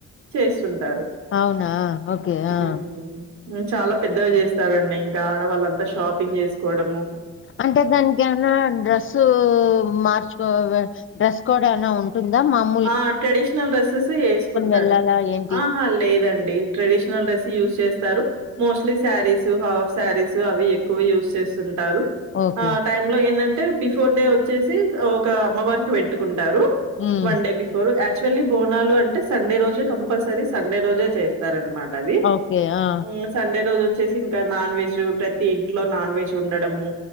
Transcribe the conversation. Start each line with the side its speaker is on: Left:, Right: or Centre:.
Right: చేస్తుంటారు
Left: అవునా ఓకే
Right: ఉమ్
Left: ఆ
Right: చాలా పెద్దగా చేస్త ఇంక ఆడవాళ్ళంతా షాపింగ్ నేసుకోవడము
Left: అంటే దానికి ఏమైనా డ్రెస్సు మార్చుకో డ్రెస్సు కోడ్ ఏనా ఉంటు ఉంద మం
Right: ఆ ట్రెడిషనల్ డ్రెస్సెస్ వేసుకుంటారు
Left: వెళ్ళాలా ఏంటి?
Right: ఆహా లేదుఅండి ట్రెడిషనల్ డ్రెస్సు యూస్ చేస్తారు మోస్టలీ శారీస్ హాఫ్ శారీస్ అవి ఎక్కువ యూస్ చేస్తుంటారు
Left: ఓకే.
Right: ఆ టైమ్ లో ఏందంటే బిఫోర్ డే వచ్చేసి ఒక అమ్మవారికి పెట్టుకుంటారు
Left: హ్మ్.
Right: One day before actually Bonalu అంటే సండే రోజు కంపల్సరీ సండే రోజు చేస్తా సరనమాట అది...
Left: ఓకే. ఆ!
Right: ఉ సండే రోజు వచ్చేసి ఇంకా నాన్ వెెజ్ ప్రతి ఇంట్లో నాన్ వెెజ్ ఉండడము